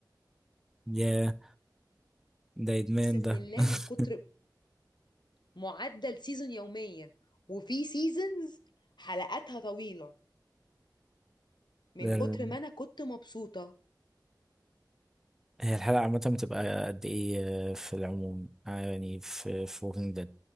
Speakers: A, in the centre; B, on the left.
A: ياه ده إدمان
B: اقسم
A: ده
B: بالله
A: <laughs>
B: من كتر معدل سيزون يوميا وفي سيزونز حلقاتها طويلة من
A: ده-
B: كتر ما انا كنت مبسوطة
A: هي الحلقة عامة بتبقى قد إيه آه، في العموم آه، يعني في في ووكينج ديد